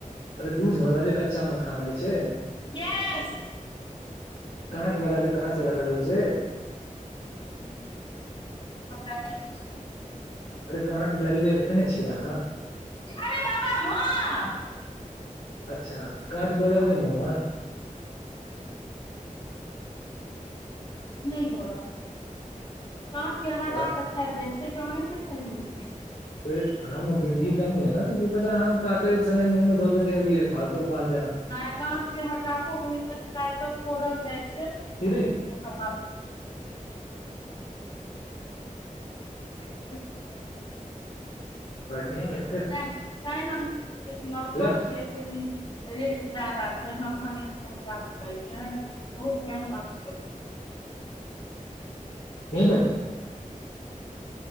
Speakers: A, on the left (about 80°); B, on the left (about 40°).
A: अरे दूध वाला जे कच्चा मखान है छै
B: यस सबटा
A: काँठ वला जे काँस लानल रहे छै
B: <unintelligible>
A: अरे काँट लगले ल खेने छियै अहाँ
B: अरे बाबा हँ
A: अच्छा काँट गोड़ल नै
B: नहि
A: मुँह में
B: नहि गड़ल काँट के हटा
A: वाह,
B: क खाएल जाइ छै ओहि के खाएल जाए छै
A: त रंग बुद्धि कम ह ने तु पता काटे संगे मुँह में दो देने हइै भाकुर मान जना
B: ना काँट के हटाको ओहने से निकाल क फोड़ल जाय छै
A: कथीरे
B: एकर बात <unintelligible>
A: बढ़िये रहे
B: तै काल्हि हम एक मखान
A: लेफ्ट
B: के एत्तैके रेट जादा छै तहन एत्तेक महंगा भेटै छै बहुत मेहनत छियै
A: हे बै